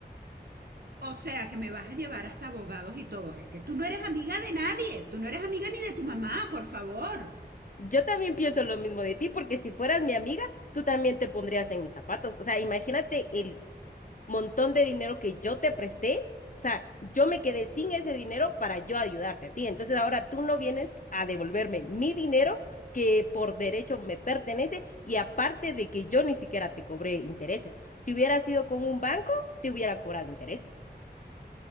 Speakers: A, on the right (about 65°); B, on the left (about 50°).
A: O sea que me vas a llevar hasta abogados y todos. Es que tú no eres amiga de nadie. Tú no eres amiga ni de tu mamá, por favor.
B: Yo también pienso lo mismo de ti, porque si fueras mi amiga, tú también te pondrías en mis zapatos. O sea, imagínate el montón de dinero que yo te presté, o sea, yo me quedé sin ese dinero para yo ayudarte a ti. Entonces ahora tú no vienes a devolverme mi dinero que por derecho me pertenece y aparte de que yo ni siquiera te cobré intereses. Si hubiera sido con un banco, te hubiera cobrado intereses.